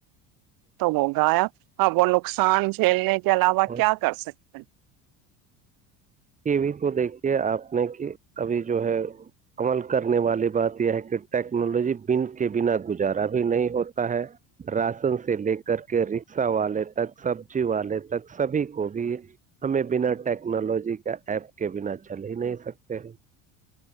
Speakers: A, on the right; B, on the right.
A: تو ہو گا یاپ ہاں وہ نقصان جھیلنے کے علاوہ
B: اور
A: کیا کر سکتے ہیں
B: وی تو دیکھیے آپ نے کہ ابھی جو ہے عمل کرنے والی بات یہ ہے کہ ٹیکنالوجی بن کے بنا گزارا بھی نہیں ہوتا ہے راشن سے لے کر کے رکشا والے تک سبزی والے تک سبھی کو بھی ہمیں بنا ٹیکنالوجی ایپ کے بنا چل ہی نہیں سکتے ہیں